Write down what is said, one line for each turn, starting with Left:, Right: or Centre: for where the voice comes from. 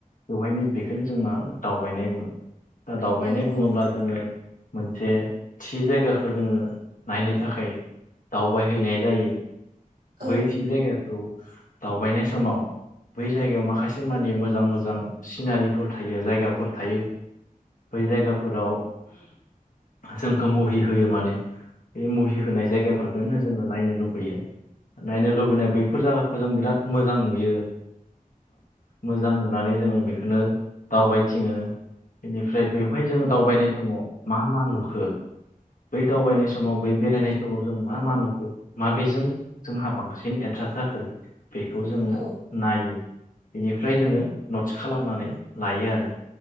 Left: बेवहायनो बेखोनो जों मा दावबायनाय बुङो दा दावबायनाय
Right: औ औ
Left: बुङोब्ला
Right: नोंथां
Left: जोङो मोनसे थि जायगाखौ जोङो नायनो थाखाय दावबाय हैैनाय जायो
Right: औ
Left: बै थि जायगाखौ दावबायनाय समाव बै जायगायाव माखासे मानि मोजां मोजां सिनारिफोर थायो जायगाफोर थायो। बै जायगाफोराव जोंखौ मुहि होयो माने बे मुहि होनाय जायगाफोरखौ नो जोङो नायनो लुबैयो नायनो लुबैनाय बैफोर जायगाखो जों बिराद मोजां नुयो। मोजां नुनानै जोङो बेखोनो दावबायथिङो। बेनिफ्राय बेवहाय जोङो दावबायनाय समाव मा मा नुखो बै दावबायनाय समाव बै बेरायनाय समाव जों मा मा नुखो माबेजों जोंहा बांसिन एट्रास जाखो बेखौ जोङो
Right: औ
Left: नायो बेनिफ्राय जोङो नट्स खालामनानै लायो आरो